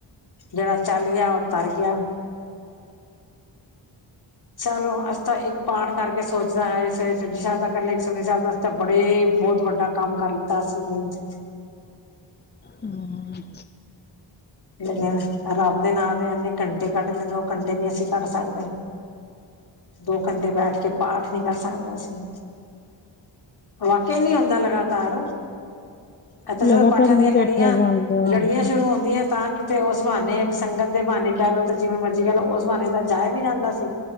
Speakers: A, on the left; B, on the left.
A: ਜੇੜਾ ਚੱਲ ਗਿਆ ਓ ਤਰ ਗੇਆ। ਚਲੋ ਅਸੀਂ ਤਾਂ ਇੱਕ ਪਾਠ ਕਰਕੇ ਸੋਚਦਾ ਐ ਸਵੇਰੇ ਜਪਜੀ ਸੈਬ ਦਾ ਕਰ ਲੇਆ ਇੱਕ ਸੁਖਮਨੀ ਸੈਬ ਦਾ ਤਾਂ ਬੜੇ ਬੋਤ ਵੱਡਾ ਕੰਮ ਕਰ ਲੀਤਾ ਅਸੀਂ ਦਿਨ ਚ।
B: ਹੂੰ।
A: ਲ‌ਈਆਂ ਰੱਬ ਦੇ ਨਾਂ ਦੇ ਐਨੇ ਕੰਟੇ ਕੱਢਦੇ ਦੋ ਕੰਟੇ ਨੀ ਅਸੀਂ ਕੱਢ ਸਕਦੇ। ਦੋ ਘੰਟੇ ਬੈਠ ਕੇ ਪਾਠ ਨੀ ਕਰ ਸਕਦੇ ਅਸੀਂ। ਵਾਕੇਆ ਨੀ ਹੁੰਦਾ ਲਗਾਤਾਰ। ਐਥੇ
B: ਲਗਾਤਾਰ
A: ਜਦੋਂ ਪਾਠਾਂ
B: ਨਹੀਂ
A: ਦੀਆਂ ਲੜੀਆਂ-ਲੜੀਆਂ
B: ਬੈਠਿਆ ਜਾਂਦਾ ਹਾਂ
A: ਸ਼ੁਰੂ ਹੁੰਦੀਆਂ ਤਾਂ ਕਿਤੇ ਓਸ ਬਾਨੇ ਸੰਗਤ ਦੇ ਬਾਨੇ ਕੈ ਲਓ ਤੇ ਜਿਵੇਂ ਮਰਜ਼ੀ ਕੈ ਲਓ ਓਸ ਬਾਨੇ ਤਾਂ ਜਾਇਆ ਵੀ ਜਾਂਦਾ ਸੀ।